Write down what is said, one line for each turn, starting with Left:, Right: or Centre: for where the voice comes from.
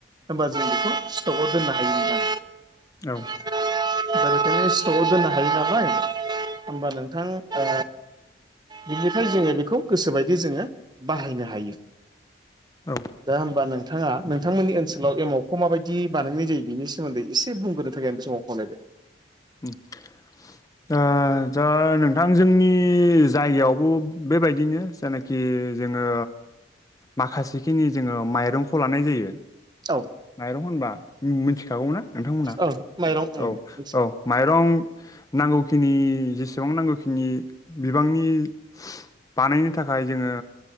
Right: होनबा जों बेखौ स्टकआव दोननो हायो।
Left: औ
Right: <inaudible> बेखायनो स्टकआव दोननो हायो नालाय होमबा नोंथां ओ बिनिफ्राय जोङो बेखौ गोसोबायदि जोङो बाहायनो हायो।
Left: औ
Right: दा होमबा नोंथाङा नोंथांमोननि ओन‌ ओनसोलाव एमावखौ माबायदि बानायनाय जायो बिनि सोमोन्दै एसे बुंग्रोनो थाखाय आं बे समाव खावलायबाय।
Left: <inaudible> ओ दा नोंथां जोंनि जायगायावबो बेबायदिनो जेनाखि खि जोङो माखासेखिनि जोङो माइरंखौ लानाय जायो।
Right: औ
Left: माइरं होनबा मिथिखागौ ना नोंथांमोनहा
Right: औ माइरं ओं
Left: औ
Right: मिथियो
Left: औ माइरं नांगौखिनि जेसेबां नांगौखिनि बिबांनि बानायनो थाखाय जोङो